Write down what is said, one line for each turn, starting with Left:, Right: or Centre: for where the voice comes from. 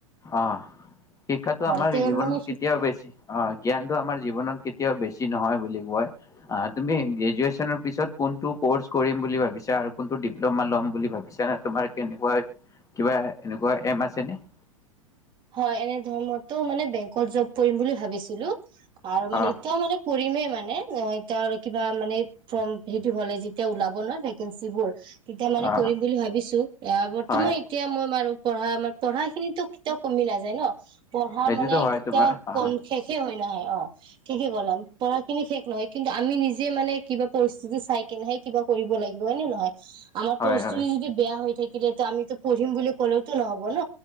Left: অ শিক্ষাটো
Right: হয়
Left: আমাৰ
Right: তে
Left: জীৱনত
Right: মানে
Left: কেতিয়াও বেছি অ জ্ঞানটো আমাৰ জীৱনত কেতিয়াও বেছি নহয় বুলি কয়, অ তুমি গ্ৰেজুৱেচনৰ পিছত কোনটো কৰ্চ কৰিম বুলি ভাবিছা আৰু কোনটো ডিপ্ল'মা ল'ম বুলি ভাবিছা নে তোমাৰ কেনেকুৱা কিবা এনেকুৱা এম আছে নেকি?
Right: হয়। এনে <unintelligible> মানে বেংকত জব কৰিম বুলি ভাবিছিলো আৰু মানে
Left: অ',
Right: এতিয়া মানে কৰিমে মানে অ এতিয়া কিবা মানে ফৰ্ম সেইটো হলে যেতিয়া ওলাব নহয় ভেকেঞ্চিবোৰ তেতিয়া মানে
Left: অ',
Right: কৰিম বুলি ভাবিছো। আহ বৰ্তমান
Left: হয়
Right: এতিয়া মই আৰু পঢ়া পঢ়া খিনিতো তেয়াও কমি নাযায় ন? পঢ়া
Left: সেইটোতো
Right: মানে
Left: হয়
Right: কেতিয়াও
Left: তোমাৰ অ',
Right: কম শেষে হয় ন নাই অ। ঠিকেই কলা পঢ়াখিনি শেষ নহয় কিন্তু আমি নিজে মানে কিবা পৰিস্থিতি চাই কেনেহে কিবা কৰিব লাগিব হয়নে নহয়? আাৰ
Left: হয়,
Right: পৰিস্থিতি
Left: হয়,
Right: যদি বেয়া হৈ থাকিলে ত আমিতো পঢ়িম বুলি ক'লেওতো নহ'ব ন?